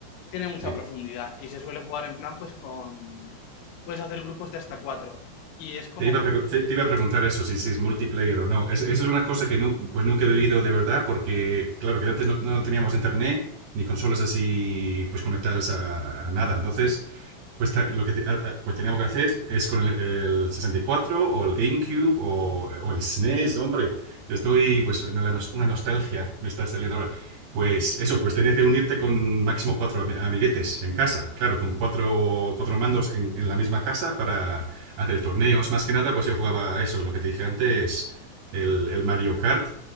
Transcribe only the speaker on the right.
sí.
Te iba
a, pregu- te, te iba a preguntar eso, si, si es multiplayer o no. Es- Esa es una cosa que nu- pues nunca he vivido de verdad, porque claro que antes no, no teníamos internet ni consolas así pues conectadas a, a nada. Entonces, pues ta- lo que te- a- a- pues teníamos que hacer es con el, el 64 o el GameCube o, o el SNES, hombre. Estoy, pues, en la nos- una nostalgia me está saliendo ahora. Pues eso, pues tenías que unirte con máximo cuatro ami- amiguetes en casa, claro, con cuatro, cuatro mandos en, en la misma casa para hacer torneos. Más que nada, pues yo jugaba a eso, lo que te dije antes, el, el Mario Kart